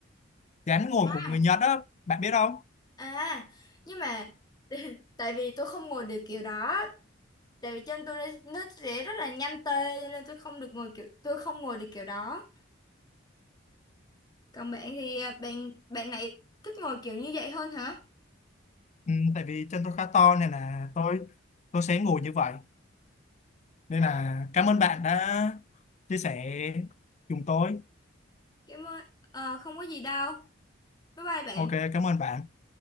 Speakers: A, on the left (about 35°); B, on the left (about 20°).
A: dáng ngồi của người
B: À,
A: Nhật á bạn biết không
B: à, nhưng mà <laughs> tại vì tôi không ngồi được kiểu đó, tại vì chân tôi nó nó sẽ rất là nhanh tê cho nên tôi không được ngồi kiểu tôi không ngồi được kiểu đó. Còn bạn thì à, bạn bạn này thích ngồi kiểu như vậy hơn hả?
A: ừ, tại vì chân tôi khá to nên là tôi tôi sẽ ngồi như vậy nên là cảm ơn bạn đã chia sẻ cùng tôi
B: Cảm ơn. Ờ, không có gì đâu. Bye bye bạn.
A: ok cảm ơn bạn